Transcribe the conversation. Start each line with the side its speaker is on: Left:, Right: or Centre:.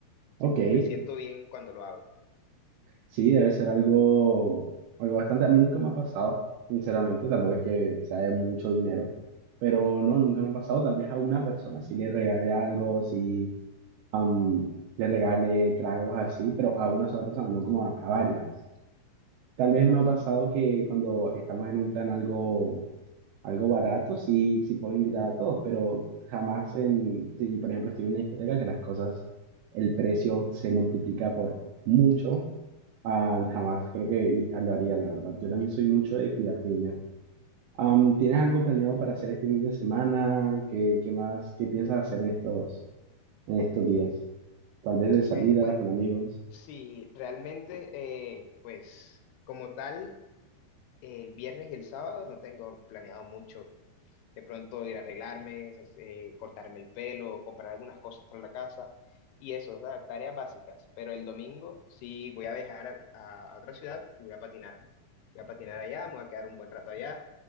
Right: Ok.
Left: Sien- Me siento bien cuando lo hago.
Right: Sí, debe ser algo, algo bastante. A mí nunca me ha pasado, sinceramente, tampoco es que sea de mucho dinero, pero no, nunca me ha pasado. Tal vez a una persona sí le regale algo, sí am, le regale tragos así, pero a una sola persona, no como a, a varias. Tal vez
Left: Sí.
Right: me ha pasado que cuando estamos en un plan algo, algo barato, sí, sí puedo invitar a todos, pero jamás en, si por ejemplo estoy en una discoteca que las cosas, el precio se multiplica por mucho Ah, jamás creo que i- lo haría, la verdad. Yo también soy mucho de cuidar mi dinero. Am, ¿tienes algo planeado para hacer este fin de semana? ¿Qué, qué más? ¿Qué piensas hacer en estos, en estos días? Tal vez de salida,
Left: Eh, bueno,
Right: con amigos.
Left: sí, realmente, eh, pues como tal. el viernes y el sábado no tengo planeado mucho. De pronto ir a arreglarme, eh, cortarme el pelo, comprar algunas cosas para la casa y eso, o sea, tareas básicas. Pero el domingo sí voy a viajar a, a, otra ciudad y voy a patinar. Voy a patinar allá, me voy a quedar un buen rato allá.